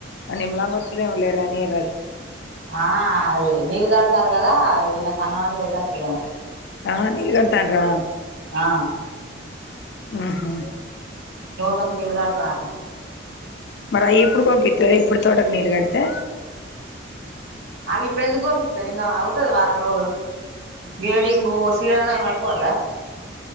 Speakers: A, on the left; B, on the right.
A: అ నిమ్మలాంగా వత్తు లేర నీరజ్
B: ఆ అది నీళ్ళుగడతారు గదా ఈనకనాడ్ <unintelligible>
A: ఆ నీలుగడ్తాండ్రా
B: ఆ
A: ఊహు
B: తోటకు నీళుగడతార్రు
A: మరయి ఎప్పుడు కోపిత్తరే ఇప్పుడు తోటకు నీళ్ళు గడితే
B: అవి ఇప్పుడెందుకు గోపిత్తది ఇంగ అవుతది వారం రోలు గేడింగు శిరాణయం అయిపోద్దా